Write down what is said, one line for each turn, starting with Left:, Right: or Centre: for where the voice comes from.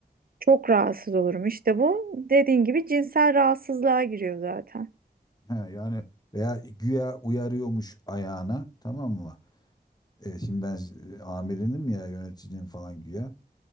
Right: Çok rahatsız olurum. İşte bu dediğin gibi cinsel rahatsızlığa giriyor zaten.
Left: He, yani veya güya uyarıyormuş ayağına tamam mı? E, şimdi ben e, amirinim ya yöneticim falan güya.